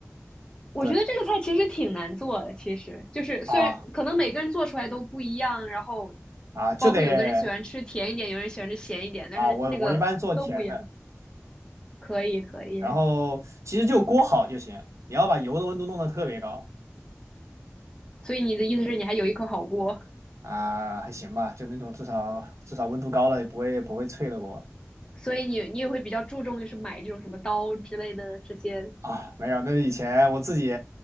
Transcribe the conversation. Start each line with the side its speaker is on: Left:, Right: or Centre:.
Left: 我觉得这个菜其实挺难做的，
Right: 对
Left: 其实就是虽然可能每个人做出来都不一样，
Right: 啊
Left: 然后
Right: 啊，就得
Left: 包括有的人喜欢吃甜一点，有人喜欢吃咸一点，但是那个都不一样。
Right: 啊，我我一般做甜的。
Left: 可以，可以。
Right: 然后其实就锅好就行，你要把油的温度弄得特别高
Left: 所以你的意思是你还有一口好锅，
Right: 啊，还行吧，就那种至少至少温度高了也不会不会脆的锅
Left: 所以你你也会比较注重就是买这种什么刀之类的这些。
Right: 啊。没有，那是以前我自己